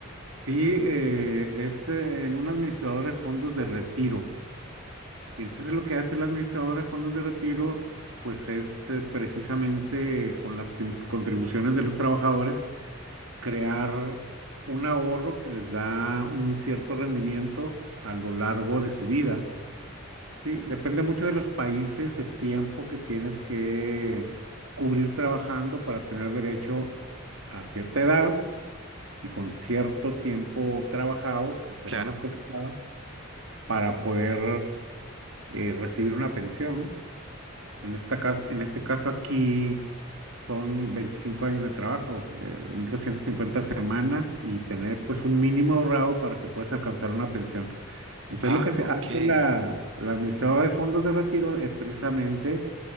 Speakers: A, on the right (about 85°); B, on the right (about 65°).
A: Sí, eh, es eh, en un administrador de fondos de retiro. Y entonces lo que hace el administrador de fondos de retiro, pues es eh, precisamente con las quin- contribuciones de los trabajadores, crear un ahorro que les da un cierto rendimiento a lo largo de su vida. Sí, depende mucho de los países, el tiempo que tienes que cubrir trabajando para tener derecho a cierta edad y con cierto tiempo trabajado, o semanas
B: Claro.
A: cotizadas, para poder eh, recibir una pensión, ¿no? En esta cas- en este caso aquí son 25 años de trabajo, eh, 1250 semanas y tener pues un mínimo ahorrado para que puedas alcanzar una pensión. Entonces
B: Ah,
A: lo que se hace
B: ok.
A: la, la administradora de fondos de retiro es precisamente